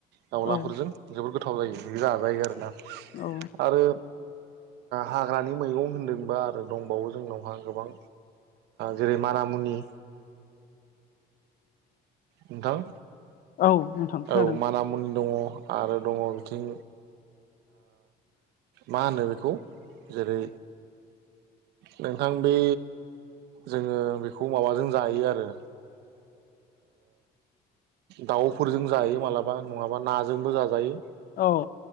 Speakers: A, on the right; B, on the left.
A: दाउलाफोरजों
B: औ
A: जोबोद गोथा गोथाव जायो बि जाजायो आरोना
B: औ
A: आरो हाग्रानि मैगं होनदोंबा आरो दंबावो जोंनावहा गोबां जेरै मानामुनि नोंथां।
B: औ नोंथां खोनादों
A: औ मानामुनि दङ आरो दङ बिथिं मा होनो बेखौ जेरै नोंथां बे जोङो बेखौ माबाजों जायो आरो दाउफोरजों जायो मालाबा नङाबा नाजोंबो जाजायो
B: औ